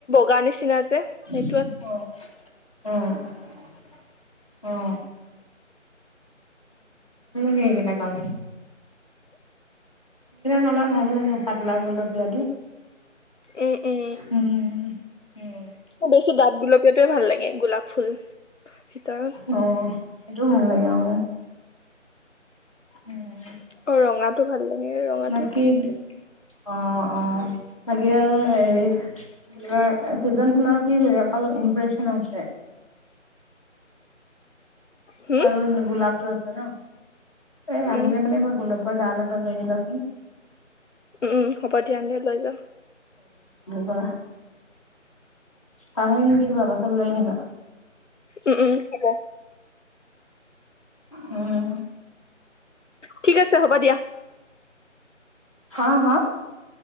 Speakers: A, on the left (about 65°); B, on the left (about 25°).
A: গা নিচিনা যে সেই
B: অ', অ'। অ'। সেইকেটা কালাৰ্চ কালাৰ ভাল লাগে, পাতলা গুলপীয়াটো
A: এই এ
B: উম, উম।
A: বেছি দাঠ গুলপীয়াটয়ে ভাল লাগে। গোলাপ ফুল ভিতৰত
B: অ', সেইটোও ভাল লাগে। অ'। উম।
A: অ ৰঙাটো ভাল লাগে ৰঙাটো
B: বাকী, অ', অ', <unintelligible> চিজন ফুলৰ কি হৈ, অকল ইমপ্ৰেচন আছে।
A: হম
B: আৰু গোলাপটো আছে ন', এ
A: উম
B: আহিলে মানে এইবাৰ গোলাপ ডাল এদাল লৈ আনিবাচোন।
A: উম হ'ব দিয়া, আমিওঁ লৈ যাম।
B: বাহ। পাহৰি নাথাকিবা, <unintelligible> লৈ আনিবা।
A: উম, উম, হব।
B: উম।
A: ঠিক আছে হ'ব দিয়া।
B: হা, হা?